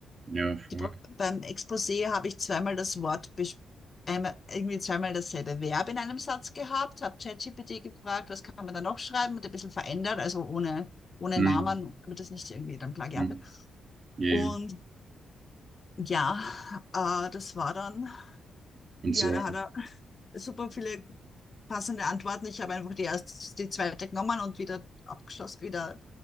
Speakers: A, on the right; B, on the left.
A: Ja, voll.
B: Die, Pro- beim Exposé habe ich zweimal das Wort, bes- einmal, irgendwie zweimal dasselbe Verb in einem Satz gehabt, habe ChatGPT gefragt, was kann man da noch schreiben und ein bisschen verändert, also ohne, ohne
A: Mhm.
B: Namen, damit das nicht irgendwie dann Plagiat
A: Mhm.
B: wird.
A: Yeah.
B: Und ja, äh, das war dann,
A: Und
B: ja,
A: so.
B: da hat er super viele passende Antworten. Ich habe einfach die erst die zweite genommen und wieder abgeschlossen, wieder